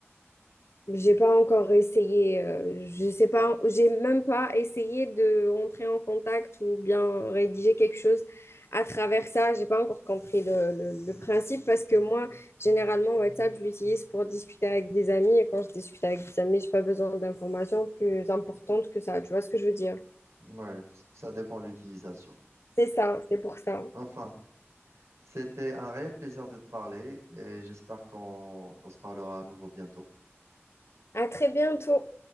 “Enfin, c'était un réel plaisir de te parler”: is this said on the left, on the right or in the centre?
Right